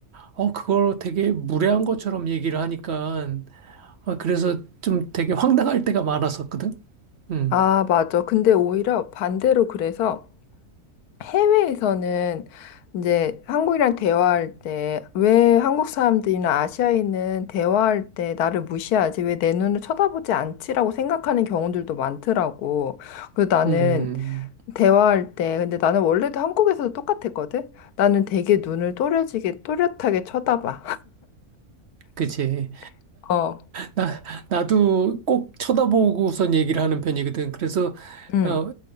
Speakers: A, on the right (about 55°); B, on the left (about 85°).
A: 어, 그걸 되게 무례한 것처럼 얘기를 하니까 어, 그래서 좀 되게 황당할 때가 많았었거든. 음,
B: 아 맞아. 근데 오히려 반대로 그래서 해외에서는 이제 한국이랑 대화할 때 왜 한국 사람들이나 아시아인은 대화할 때 나를 무시하지? 왜 내 눈을 쳐다보지 않지라고 생각하는 경우들도 많더라고. 그래서 나는
A: 음,
B: 대화할 때 근데 나는 원래도 한국에서도 똑같았거든. 나는 되게 눈을 또렷하게 또렷하게 쳐다봐.
A: 그치.
B: <laughs> 어.
A: 나, 나도 꼭 쳐다보고선 얘기를 하는 편이거든. 그래서,
B: 응.
A: 어,